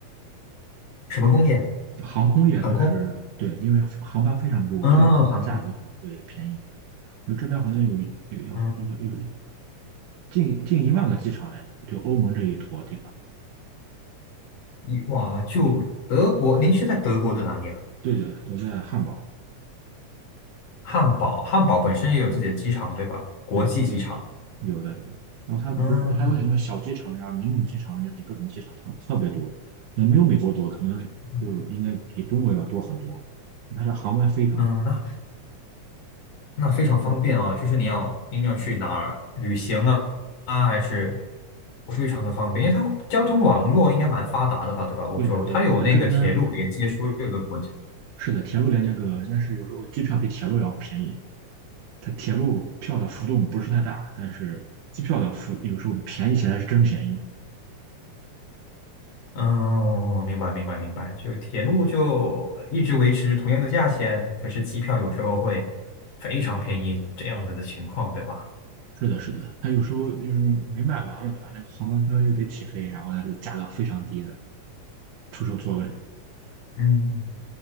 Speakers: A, on the left; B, on the right.
A: 什么工业？
B: 航空业就是对，
A: 航空？
B: 因为航班非常多，
A: 嗯，
B: 所以说它价格可能会便宜一点。
A: 航空。
B: 就这边好像有有要有有
A: 嗯，
B: 近近一万个机场哎，就欧盟这一坨地方。
A: 一哇，就德国，您是在德国的哪里啊？
B: 对的，我在汉堡。
A: 汉堡，汉堡本身也有自己的机场，对吧？国际机场。
B: 对对，有的有的。然后它不是还有什么小机场呀、
A: 嗯
B: 民用机场啊，就是各种机场特特别多，可能没有美国多，可能就应该比中国要多很多。
A: 嗯，
B: 它的航班非常多。
A: 嗯那那非常方便啊，就是您要您要去哪儿旅行啊啊，还是非常的方便，因为它交通网络应该蛮发达的吧，对吧？欧洲它有那个铁路连接所有的国家。
B: 对的对的，但这边是的，铁路连接各个，但是有时候机票比铁路要便宜。它铁路票的浮动不是太大，但是机票的浮有时候便宜起来是真便宜。
A: 嗯，明白明白明白，就铁路就一直维持同样的价钱，可是机票有时候会非常便宜，这样子的情况，对吧？
B: 是的，是的，他有时候就是没卖完嘛，对吧那个航班端又得起飞，然后他就价格非常低的出售座位。
A: 嗯